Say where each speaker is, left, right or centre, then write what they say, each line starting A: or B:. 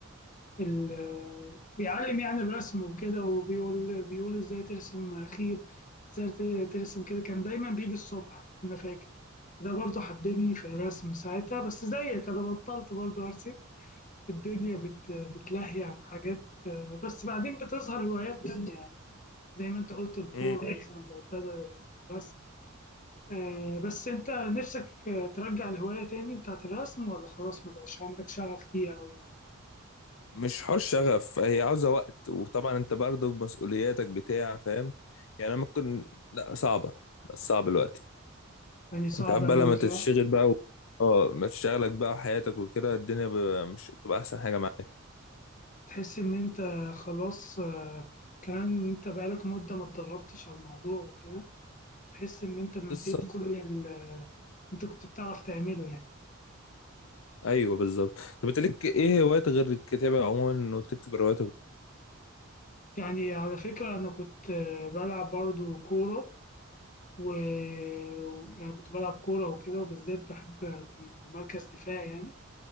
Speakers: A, on the left; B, on the left.
A: ال... آه، بيعلم يعني الرسم وكده وبيقول بيقول ازاي ترسم خير ازاي ت- ترسم كده كان دايما بيجي الصبح انا فاكر ده برضه حببني في الرسم ساعتها بس زيك انا بطلت برضه ارسم الدنيا بت... بتلهي عن حاجات آه، بس بعدين بتظهر هوايات تانية يعني زي ما انت قلت الكورة
B: دي
A: مثلا بقت بدل الرسم آه، بس انت نفسك آه، ترجع الهواية تاني بتاعت الرسم ولا خلاص ما بقاش عندك شغف ليها أو
B: مش حوار شغف هي عاوزة وقت وطبعا انت برضه بمسؤولياتك بتاع فاهم يعني أنا ممكن لا صعبة بس صعب الوقت
A: يعني صعب
B: انت عارف
A: أوي
B: بقى لما تشتغل
A: صح؟
B: بقى و... اه ما تشتغلك بقى وحياتك وكده الدنيا ب... مش تبقى احسن حاجة معاك
A: تحس إن انت خلاص آه، كمان انت بقالك مدة ما اتدربتش على الموضوع وكده تحس إن انت نسيت
B: بالظبط
A: كل اللي انت كنت بتعرف تعمله يعني
B: ايوه بالظبط طب انت ليك ايه هوايات غير الكتابة عموما انه تكتب روايات وكده؟
A: يعني على فكرة أنا كنت آه، بلعب برضو كورة و و- يعني كنت بلعب كورة وكده وبالذات بحب أكون مركز دفاع يعني